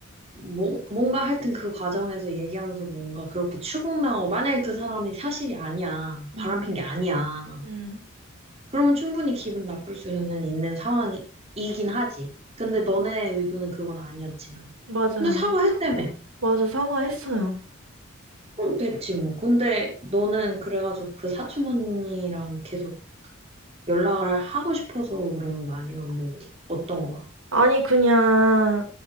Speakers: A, on the right; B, on the right.
A: 뭐, 뭔가 하여튼 그 과정에서 얘기하면서 뭔가 그렇게 추궁당하고 만약에 그 사람이 사실이 아니야. 바람핀
B: 응.
A: 게 아니야.
B: 음,
A: 그러면 충분히 기분 나쁠 수는 있는 상황이긴 하지. 근데
B: 음,
A: 너네 의도는 그건 아니었지만.
B: 맞아요.
A: 근데 사과했다며.
B: 맞아, 사과했어요.
A: 그럼 됐지 뭐. 근데 너는 그래가지고 그 사촌 언니랑 계속 연락을 하고 싶어서 그러는 거 아니면 뭐 어떤 거야?
B: 아니, 그냥